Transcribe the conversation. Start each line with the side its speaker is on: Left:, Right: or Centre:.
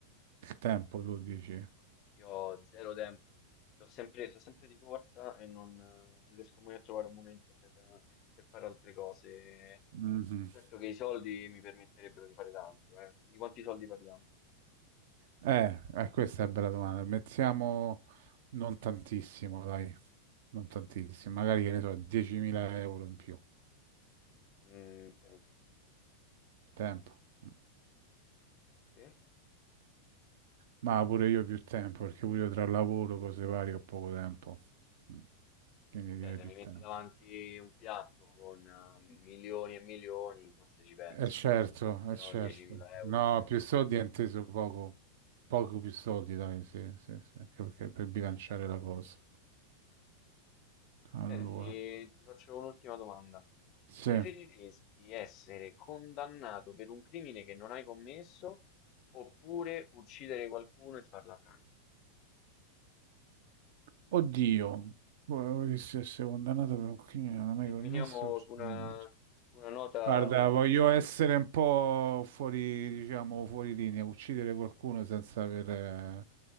Right: Il tempo,
Left: tempo.
Right: tu dici? Eh,
Left: No, io ho zero tempo. Sono sempre, sono sempre di corsa e non, eh, non riesco mai a trovare un momento per, eh, per fare altre cose.
Right: Mhm.
Left: Certo che i soldi mi permetterebbero di fare tanto, eh. Di quanti soldi parliamo?
Right: Eh, eh, questa è una bella domanda. Mettiamo non tantissimo, dai, non tantissimo, magari che ne so, 10.000 euro in più.
Left: Mm, tempo.
Right: Tempo. Mm.
Left: Sì, sì. Sì?
Right: Ma pure io più tempo, perché pure io tra lavoro, cose varie, ho poco tempo. Mm. Quindi
Left: Cioè,
Right: direi
Left: se
Right: più
Left: mi metti
Right: tempo.
Left: davanti un piatto con eh, milioni e milioni, forse ci penso.
Right: Eh certo,
Left: Però
Right: è certo.
Left: 10.000 euro.
Right: No, più soldi è inteso poco. Poco più soldi, dai, sì, sì, sì, anche perché per bilanciare la cosa. Allora,
Left: Senti, ti faccio un'ultima domanda.
Right: sì.
Left: Preferiresti essere condannato per un crimine che non hai commesso oppure uccidere qualcuno e farla franca?
Right: Oddio, Guarda, che se sei condannato per un crimine non hai mai
Left: Terminiamo
Right: commesso.
Left: su una,
Right: Mm.
Left: su una nota
Right: Guarda,
Left: nera,
Right: No, voglio essere un po' fuori, diciamo, fuori linea, uccidere qualcuno senza aver, eh,